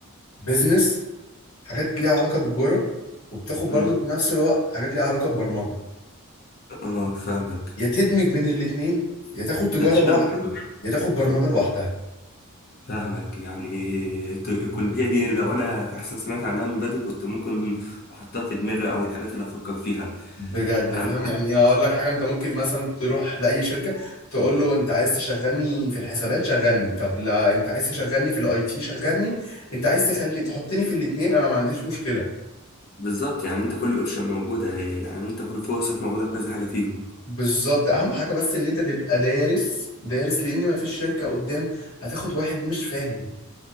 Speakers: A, on the left (about 80°); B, on the left (about 45°).
A: بيزنس حاجات ليها علاقة بالجرة وبتاخد برضه
B: أمم،
A: في نفس الوقت حاجات ليها علاقة ببرمجة
B: اه فاهمك
A: يا تدمج بين الاتنين يا تاخد تجارة
B: ده تشتغل
A: لوحده
B: حاجه واحدة.
A: يا تاخد برمجة
B: اه
A: لوحدها
B: فاهمك يعني ت- الكلية دي لو أنا أحسن سمعت عنها من بدري كنت ممكن أحطها في دماغي أو الحاجات اللي أفكر فيها
A: بجد
B: أنا
A: فاهم يعني اقول لك حاجة انت ممكن مثلا تروح لأي شركة تقول له انت عايز تشغلني في الحسابات شغلني طب لا انت عايز تشغلني في الاي تي شغلني انت عايز تخلي تحطني في الاتنين انا ما عنديش مشكلة
B: بالظبط يعني أنت كل الأوبشن موجودة يعني أنت كل فرصك موجودة في كذا حاجة فيهم
A: بالظبط اهم حاجة بس ان انت تبقى دارس دارس لان ما فيش شركة قدام هتاخد واحد مش فاهم